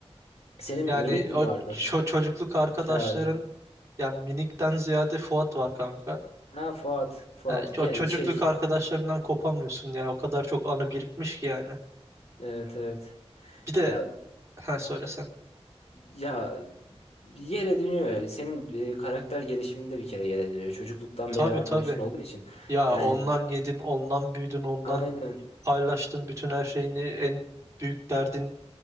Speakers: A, on the left; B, on the right.
A: Senin
B: Yani
A: minik mi
B: o
A: vardı?
B: ço- çocukluk arkadaşların
A: Çağrı.
B: yani minikten ziyade Fuat var kanka.
A: Ha Fuat. Fuat.
B: Yani o
A: Ya,
B: çocukluk
A: şey.
B: arkadaşlarından kopamıyorsun ya. O kadar çok anı birikmiş ki yani.
A: Evet evet.
B: Bir de
A: Ya
B: ha söylesen.
A: ya yere dönüyor ya. Senin e, karakter gelişiminde bir kere yere dönüyor. Çocukluktan
B: Tabii
A: beri arkadaşın
B: tabii.
A: olduğu için.
B: Ya
A: Yani
B: ondan yedin, ondan büyüdün, ondan
A: aynen.
B: paylaştın bütün her şeyini. En büyük derdin